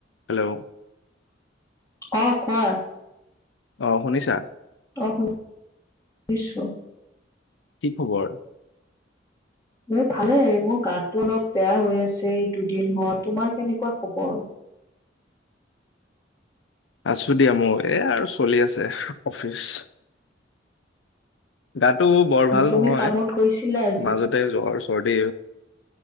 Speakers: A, on the left; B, on the left.
A: Hello
B: অ কোৱা
A: অ শুনিছা
B: অ শুনিছোঁ
A: কি খবৰ
B: মোৰ ভালে মোৰ গাতটো অলপ বেয়া হৈ আছে এই দুদিনত তোমাৰ কেনেকুৱা খবৰ
A: আছো দিয়া মোৰ এ আৰু চলি আছে অফিচ গাটো বৰ ভাল
B: তুমি
A: নহয়
B: কামত গৈছিলা আজি
A: মাজতে জ্বৰ চৰ্দি